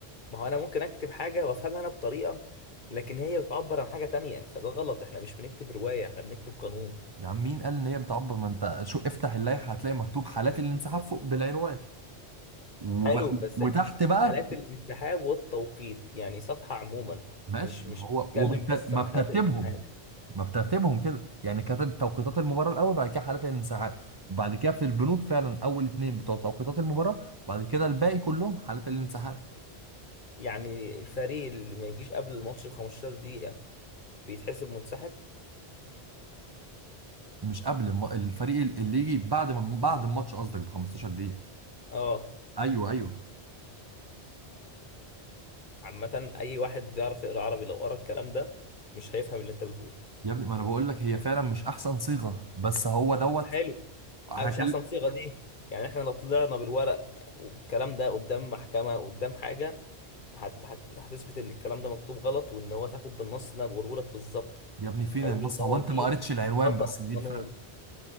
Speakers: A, on the left; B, on the right.
A: ما هو انا ممكن اكتب حاجه وافهمها انا بطريقه لكن هي بتعبر عن حاجه تانية فده غلط احنا مش بنكتب روايه احنا بنكتب قانون
B: يا عم مين قال ان هي بتعبر ما انت شو افتح اللائحه هتلاقي مكتوب حالات الانسحاب فوق بالعنوان وب...
A: حلو بس
B: وتحت بقى
A: حالات الانسحاب والتوقيت يعني صفحه عموما
B: ماشي
A: مش مش
B: ما هو
A: بتتكلم
B: وبالت...
A: بس
B: ما
A: عن
B: بترتيبهم
A: حالات الانسحاب
B: ما بترتيبهم كده يعني كاتب توقيتات المباراة الأول بعد كده حالات الانسحاب بعد كده في البنود فعلا أول اتنين بتوع توقيتات المباراة بعد كده الباقي كلهم حالات الانسحاب
A: يعني الفريق اللي ما يجيش قبل الماتش ب 15 دقيقه بيتحسب منسحب
B: مش قبل الم... الفريق اللي يجي بعد ما بعد الماتش قصدك ب 15 دقيقة
A: اه
B: أيوه أيوه
A: عامه اي واحد بيعرف يقرا عربي لو قرا الكلام ده مش هيفهم اللي انت بتقوله
B: يا ابني ما أنا بقول لك هي فعلا مش أحسن صيغة بس هو دوت
A: حلو
B: هكل
A: آه، مش احسن صيغه دي يعني احنا لو طلعنا بالورق والكلام ده قدام محكمه قدام حاجه هت... هت... هتثبت ان الكلام ده مكتوب غلط وان هو تاخد بالنص اللي انا بقوله لك بالظبط
B: يا ابني فين
A: هيقول
B: النص
A: ان
B: هو
A: هو
B: أنت
A: دي
B: ما قريتش العنوان
A: خطأ
B: بس دي
A: قانون
B: الفرق